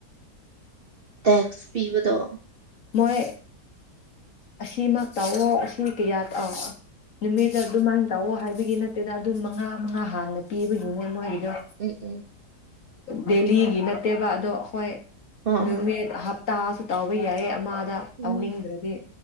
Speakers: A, on the right; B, on the left.
A: ꯇꯦꯛꯁ ꯄꯤꯕꯗꯣ
B: ꯃꯣꯏ ꯑꯁꯤꯃꯛ ꯇꯧꯑꯣ ꯑꯁꯤ ꯀꯌꯥꯠ ꯑ ꯅꯨꯃꯤꯠꯗ ꯑꯗꯨꯃꯥꯏꯅ ꯇꯧꯑꯣ ꯍꯥꯏꯕꯒꯤ ꯅꯠꯇꯦꯗ ꯑꯗꯨꯝ ꯃꯉꯥ ꯃꯉꯥ ꯍꯥꯟꯅ ꯄꯤꯕ ꯕꯅꯦ ꯃꯣꯏꯒꯤꯗꯣ
A: ꯎꯝ ꯎꯝ
B: ꯗꯦꯂꯤꯒꯤ ꯅꯠꯇꯦꯕ ꯑꯗꯣ ꯍꯣꯏ
A: ꯍꯣꯏ
B: ꯅꯨꯃꯤꯠ ꯍꯞꯇꯥꯁꯨ ꯇꯧꯕ ꯌꯥꯏ ꯑꯃꯥꯗ
A: ꯍꯣꯏ
B: ꯇꯧꯅꯤꯡꯗ꯭ꯔꯗꯤ